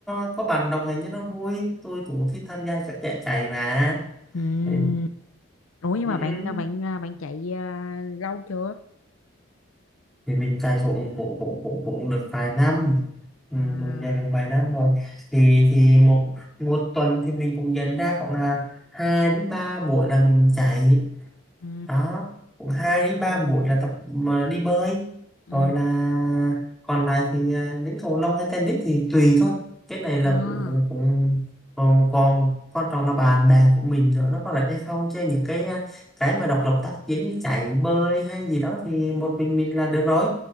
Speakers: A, in the centre; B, on the left.
A: à, có bạn đồng hành cho nó vui tôi cũng thích tham gia các chạy chạy mà
B: Ừ.
A: thì,
B: Ủa
A: ừ,
B: nhưng mà bạn bạn bạn chạy ờ, lâu chưa?
A: thì mình chạy cũng cũng cũng cũng cũng được vài năm ừ,
B: À,
A: mình chạy được vài năm rồi thì thì một một tuần thì mình cũng dành ra khoảng là hai đến ba buổi là mình chạy
B: ừ,
A: đó cũng hai đến ba
B: ừ,
A: buổi là tập mà đi bơi
B: ừ.
A: rồi là còn lại thì à, đến cầu lông hay tennis thì tùy thôi cái này là
B: À,
A: cũng cũng cũng còn, còn quan trọng là bạn bè của mình nữa nó có rảnh hay không chứ những cái à, cái mà độc lập tác chiến như chạy bơi hay gì đó thì một mình mình là được rồi